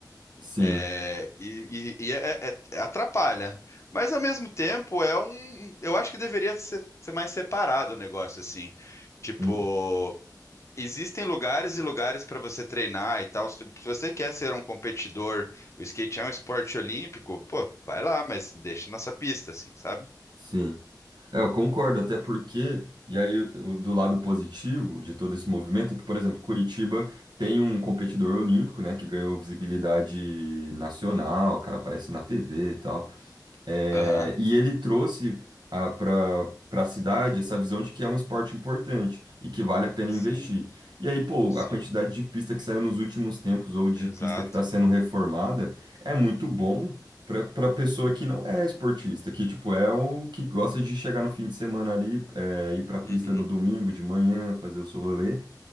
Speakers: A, on the right (about 80°); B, on the left (about 40°).
A: Sim.
B: É, e e- e é- é- é- atrapalha. Mas, ao mesmo tempo, é um. Eu acho que deveria ser, ser mais separado o negócio, assim. Tipo.
A: Uhum.
B: Existem lugares e lugares para você treinar e tal. Se se você quer ser um competidor, o skate é um esporte olímpico, pô, vai lá, mas deixa nossa pista, assim, sabe?
A: Sim. É, eu concordo, até porque. E aí, o- do lado positivo de todo esse movimento é que, por exemplo, Curitiba tem um competidor olímpico, né, que ganhou visibilidade nacional, o cara aparece na TV e tal. É,
B: Aham.
A: e ele trouxe para para a cidade essa visão de que é um esporte importante e que vale a pena
B: Sim,
A: investir. E aí, pô,
B: sim,
A: a quantidade de pista que saiu nos últimos tempos ou de
B: exato.
A: pista que está sendo reformada é muito bom para para pessoa que não é esportista, que tipo é o que gosta de chegar no fim de semana ali, é, ir para a pista
B: Uhum,
A: no domingo de manhã, fazer o seu rolê.